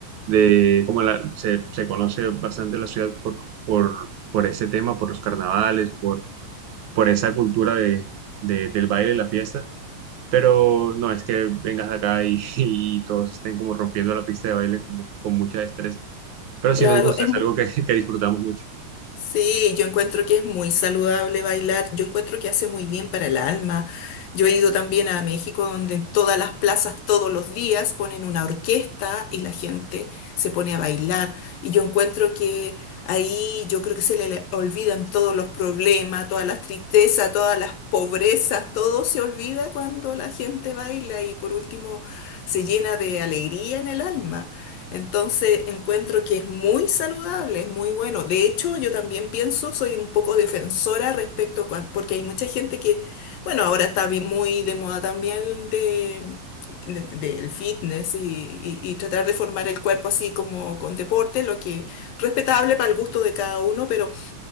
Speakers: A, on the right; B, on the left.
A: de como la, se, se conoce bastante la ciudad por, por, por ese tema, por los carnavales, por por esa cultura de, de- del baile, la fiesta. Pero no es que vengas acá y, <laughs> y todos estén como rompiendo la pista de baile como, con mucha destreza. Pero
B: Claro,
A: sí nos gusta,
B: es,
A: es
B: mu-
A: algo que, <laughs> que disfrutamos mucho.
B: Sí, yo encuentro que es muy saludable bailar, yo encuentro que hace muy bien para el alma. Yo he ido también a México donde en todas las plazas todos los días ponen una orquesta y la gente se pone a bailar. Y yo encuentro que ahí yo creo que se le olvidan todos los problemas, todas las tristezas, todas las pobrezas, todo se olvida cuando la gente baila y por último se llena de alegría en el alma. Entonces encuentro que es muy saludable, es muy bueno. De hecho, yo también pienso, soy un poco defensora respecto a, cuan- porque hay mucha gente que, bueno, ahora está vi- muy de moda también de, de- del fitness y, y- y tratar de formar el cuerpo así como con deporte, lo que respetable para el gusto de cada uno, pero